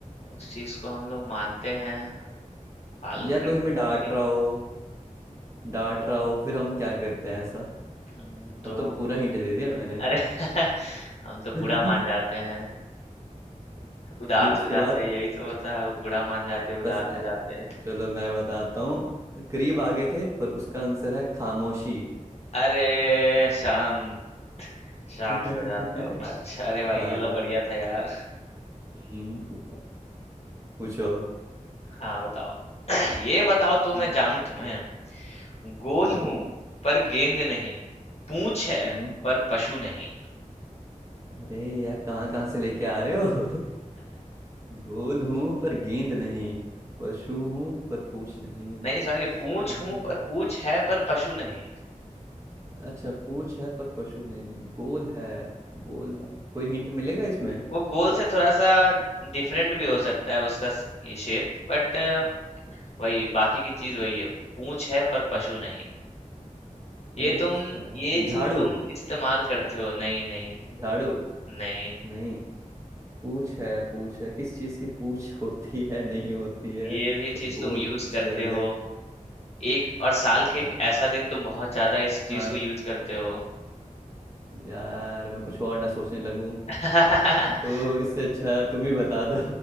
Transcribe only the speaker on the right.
या
कोई हमें
डांट
रहा हो
डांट रहा हो फिर हम क्या करते हैं ऐसा
अब तो पूरा हिंट दे दिया मैंने
<laughs>
फिर उसके
बाद
बस ऐ-
चलो मैं बताता हूँ करीब आ गए थे पर उसका आंसर है खामोशी
<laughs>
हाँ
हम्म पूछो अब
हम्म
हम्म
हम्म।
अरे यार कहाँ कहाँ से लेके आ रहे हो <laughs> गोल हूँ पर गेंद नहीं पशु हूँ पर पूछ नहीं
अरे
अच्छा पूछ है पर पशु नहीं गोल है गोल है कोई हिंट मिलेगा इसमें
अच्छा,
पूछ
है
झाड़ू
झाड़ू
नहीं पूछ है पूछ है किस चीज की पूछ <laughs> होती है नहीं होती है
और
गोल
से अलग
यार
हाँ
यार मैं कुछ और ना सोचने लगूं
तो इससे अच्छा तुम ही बता दो